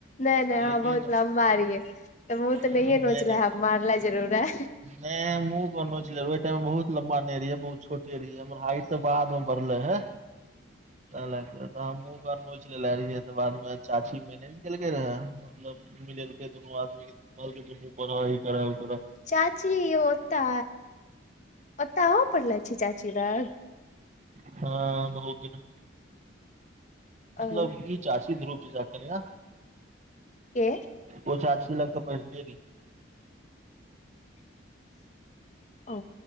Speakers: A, on the left; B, on the right.
A: नहि-नहि आहा
B: लेकिन
A: बहुत लम मारियै तऽ मुह तऽ
B: नहि
A: नहिये नोचले
B: नहि
A: है मारले जरूर है
B: नहि मुँह कोनो छल ओ टाइमे बहुत लम्बा नहि रहियै बहुत छोटे रहि हमर हाइट बादमे बढ़ले हे ता लेके तऽ हमके नोच लेने रहियै बादमे चाची मेने। लेलके रहै, मतलब मिलेलके। दुनू आदमी कहलकै दुनू करऽ, ई कर, ओ कर।
A: चाची य ओता, ओता पढ़ले छी चाची लग।
B: हँ, बहुत दिन। मतलब
A: ओ
B: ई चाची धारुप चाचा के कनियाँ।
A: के?
B: ओ चाची लगते बैसले रही।
A: ओ, ओ।